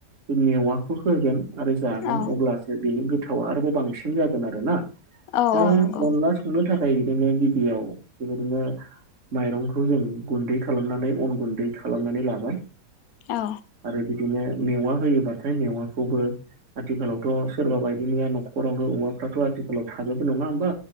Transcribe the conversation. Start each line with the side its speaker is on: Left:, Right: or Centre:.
Right: बे मेवाखौ होगोन आरो जागोन
Left: औ
Right: अब्ला सो बेनि गोथावा आरोबाव बांसिन जागोन आरोना
Left: औ
Right: दा
Left: औ नंगौ
Right: अनला संनो थाखाय बिदिनो गिबियाव बेबायदिनो माइरंखौ जों गुन्दै खालामनानै अन गुन्दै खालामनानै लाबाय।
Left: औ।
Right: आरो बिदिनो मेवा होयोबाथाय मेवाखौबो आथिखालावथ' सोरबा बायदिनिया नख'रावनो औवाफ्राथ' आथिखालाव थाजोबो नङा होमबा।